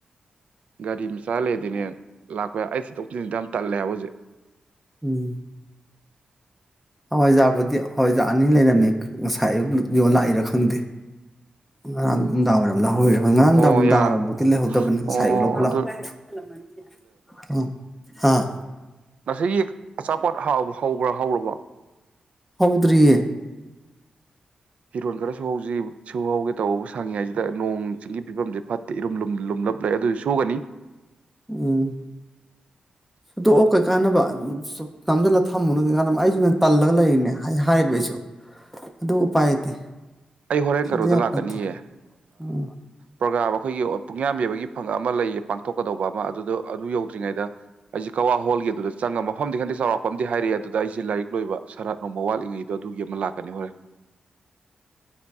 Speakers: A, on the right; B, in the centre.
A: ꯒꯥꯔꯤ ꯃꯆꯥ ꯂꯩꯗꯅꯦ ꯂꯥꯛꯄ ꯑꯩ ꯁꯤꯗꯣꯛꯁꯤꯤꯟꯁꯤꯗ ꯌꯥꯝ ꯇꯜꯂꯦ ꯍꯥꯏꯕ ꯍꯧꯖꯤꯛ
B: ꯎꯝ ꯍꯋꯥꯏꯖꯥꯕꯨꯗꯤ ꯍꯋꯥꯏꯖꯥ ꯑꯅꯤ ꯂꯩꯔꯝꯃꯤ ꯉꯁꯥꯏ ꯑꯌꯨꯛ ꯌꯣꯂꯥꯛꯏꯔꯥ ꯈꯪꯗꯦ ꯉꯔꯥꯡ
A: ꯎꯝ
B: ꯅꯨꯡꯗꯥꯡ ꯋꯥꯏꯔꯝ ꯂꯍꯧꯔꯤꯔꯣ ꯍꯣꯏ ꯉꯔꯥꯡꯗꯥ
A: ꯑꯣ
B: ꯅꯨꯡꯗꯥꯡꯋꯥꯏꯔꯝꯐꯥꯎꯗꯤꯤ
A: ꯌꯥ
B: ꯂꯩꯍꯧꯗꯕꯅꯤ ꯉꯁꯥꯏꯌ
A: ꯑꯣ
B: ꯂꯧꯕ ꯂꯥꯛꯑꯣ
A: ꯑꯗꯨ
B: ꯑ ꯍꯥꯥ
A: ꯉꯁꯒꯤ ꯑꯆꯥꯄꯣꯠ ꯍꯧꯕ꯭ꯔꯥ ꯍꯧꯔꯕꯣ
B: ꯍꯧꯥꯎꯗꯔꯤꯌꯦ
A: ꯐꯤꯔꯣꯜ ꯈꯔꯁꯨ ꯍꯧꯖꯤ ꯁꯨ ꯍꯧꯒꯦ ꯇꯧꯍꯧꯕ ꯁꯥꯡꯉꯤꯉꯥꯏꯁꯤꯗ ꯅꯣꯡ ꯆꯤꯡꯒꯤ ꯐꯤꯕꯝꯁꯦ ꯐꯠꯇꯦ ꯏꯔꯨꯝ ꯂꯨꯝ ꯂꯨꯝꯂꯞ ꯂꯩ ꯑꯗꯨꯁꯨ ꯁꯨꯒꯅꯤ
B: ꯎꯝ ꯁꯨꯗꯣꯛꯑꯣ ꯀꯩ ꯀꯥꯟꯅꯕ ꯅꯝꯁꯤꯜꯂꯒ ꯊꯝꯃꯨꯅ ꯀꯩ ꯀꯥꯟꯅꯕ ꯑꯩꯁꯨ ꯅ ꯇꯜꯂꯒ ꯂꯩꯔꯤꯅꯦ ꯍꯥꯏꯔꯤꯕ ꯑꯩꯁꯨ ꯑꯗꯨ ꯎꯄꯥꯏ ꯂꯩꯇꯦ
A: ꯑꯩ ꯍꯣꯔꯦꯟ
B: ꯁꯨꯗ
A: ꯀꯔꯣꯗ
B: ꯌꯥꯄꯣꯟꯇꯦ
A: ꯂꯥꯛꯀꯅꯤꯌꯦ
B: ꯎꯝ
A: ꯄ꯭ꯔꯣꯒ꯭ꯔꯝ ꯑꯩꯈꯣꯏꯒꯤ ꯄꯨꯡꯌꯥꯝ ꯌꯕꯒꯤ ꯐꯪꯉ ꯑꯃ ꯂꯩꯌꯦ ꯄꯥꯡꯊꯣꯛꯀꯗꯧꯕ ꯑꯃ ꯑꯗꯨꯗꯣ ꯑꯗꯨ ꯌꯧꯗ꯭ꯔꯤꯉꯩꯗ ꯑꯩꯁꯦ ꯀꯋꯥ ꯍꯣꯜꯒꯤ ꯑꯗꯨꯗ ꯆꯪꯉꯒ ꯃꯐꯝꯗꯤ ꯈꯪꯇ ꯆꯥꯎꯔꯥꯛꯄ ꯑ ꯑꯃꯗꯤ ꯍꯥꯏꯔꯛꯑꯦ ꯑꯗꯨꯗ ꯑꯩꯁꯦ ꯂꯥꯏꯔꯤꯛ ꯂꯣꯏꯕ ꯁꯔꯥꯠ ꯅꯣꯃ ꯋꯥꯠꯂꯤꯉꯩꯗꯣ ꯑꯗꯨꯒꯤ ꯑꯃ ꯂꯥꯛꯀꯅꯤ ꯍꯣꯔꯦ